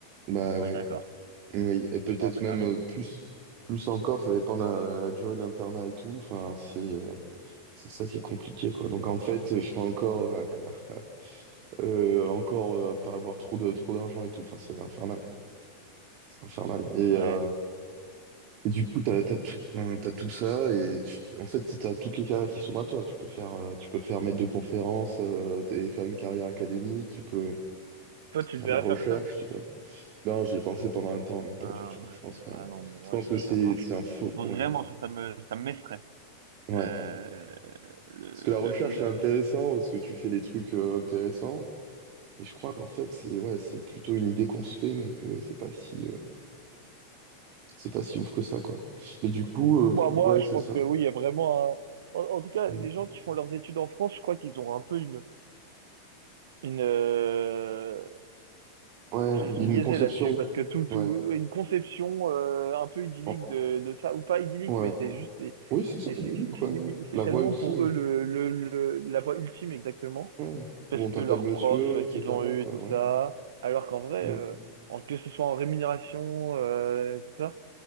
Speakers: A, on the right; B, on the right.
A: Bah
B: On
A: ouais.
B: est d'accord?
A: Oui. Et peut-être
B: On pas
A: même
B: terminé.
A: euh, plus, plus encore, ça dépend de la, la durée de l'internat et tout. Enfin, c'est euh, c'est ça qui est compliqué, quoi. Donc en fait, je serais encore à, <laughs> Euh, encore euh, pas avoir trop de trop d'argent et tout. Enfin, c'est infernal. C'est infernal. Et,
B: Ouais.
A: euh, et du coup, t'as, t'as tout, enfin, t'as tout ça et tu- en fait, si t'as toutes les carrières qui sont à toi. Tu peux faire, euh, tu peux faire maître de conférence euh, et faire une carrière académique. Tu peux
B: Toi, tu
A: faire
B: devrais
A: de la recherche.
B: faire ça?
A: Tu peux. Non, j'y ai pensé pendant un temps, mais pas
B: Ah,
A: du tout.
B: ouais.
A: Je pense pas.
B: Ah non,
A: Je
B: moi,
A: pense
B: je, je-
A: que c'est,
B: ah,
A: c'est
B: je-
A: un faux.
B: vraiment,
A: Ouais,
B: ça, ça me, ça m'effraie.
A: ouais.
B: Euh, le,
A: Parce que la
B: le
A: recherche,
B: fait de...
A: c'est intéressant parce que tu fais des trucs euh, intéressants. Mais je crois qu'en fait, c'est ouais, c'est plutôt une idée qu'on se fait, mais que c'est pas si. euh, C'est pas si ouf que ça, quoi. Mais du coup, euh,
B: moi moi,
A: ouais,
B: je
A: c'est
B: pense
A: ça.
B: que oui, il y a vraiment un... En, en tout cas,
A: Mm.
B: les gens qui font leurs études en France, je crois qu'ils ont un peu une... une euh,
A: Ouais,
B: Enfin, ils
A: il
B: sont
A: y
B: biaisés
A: a une conception.
B: là-dessus, parce que tout, tout,
A: Ouais.
B: une conception euh, un peu idyllique
A: Oh,
B: de, de ça, ou pas idyllique,
A: ouais.
B: mais c'est juste... C'est
A: Oui, c'est ça,
B: c'est-
A: dis-le,
B: c'est-
A: quoi.
B: c'est
A: La
B: tellement
A: voix ultime.
B: pour eux le, le, le- la voie ultime, exactement.
A: Ouais.
B: parce
A: Où on
B: que
A: t'appelle
B: leurs
A: monsieur,
B: profs euh,
A: etc.,
B: qu'ils ont eu
A: quoi,
B: et tout
A: ouais.
B: ça. Alors qu'en vrai,
A: Mm.
B: euh, en- que ce soit en rémunération, euh, tout ça,